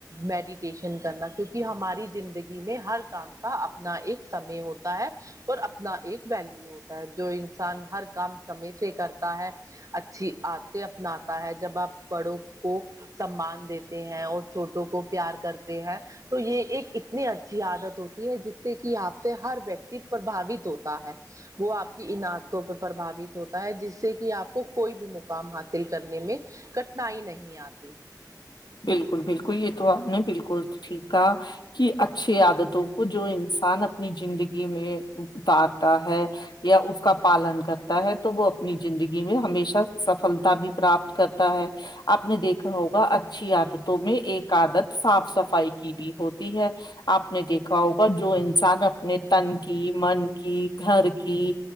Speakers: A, on the right (about 50°); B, on the left (about 80°).
A: میڈیٹیشن کرنا کیونکہ ہماری زندگی میں ہر کام کا اپنا ایک سمے ہوتا ہے اور اپنا ایک ویلو ہوتا ہے جو انسان ہر کام سمے سے کرتا ہے اچھی عادتیں اپناتا ہے جب آپ بڑوں کو سمان دیتے ہیں اور چھوٹوں کو پیار کرتے ہیں تو یہ ایک اتنی اچھی عادت ہوتی ہے جس سے کہ آپ سے ہر ویکتی پربھاوت ہوتا ہے وہ آپ کی ان عدتوں پہ پرباوت ہوتا ہے جس سے کہ آپ کو کوئی بھی مقام حاصل کرنے میں کٹنائی نہیں آتی
B: بالکل بالکل یہ تو آپ نے بالکل ٹھیک کہا کی اچھی عادتوں کو جو انسان اپنی زندگی میں اتارتا ہے یا اس کا پالن کرتا ہے تو وہ اپنی زندگی میں ہمیشہ سفلتا بھی پراپت کرتا ہے آپ نے دیکھا ہوگا اچھی عادتوں میں ایک عادت صاف صفائی کی بھی ہوتی ہے آپ نے دیکھا ہوگا جو انسان اپنے تن کی من کی گھر کی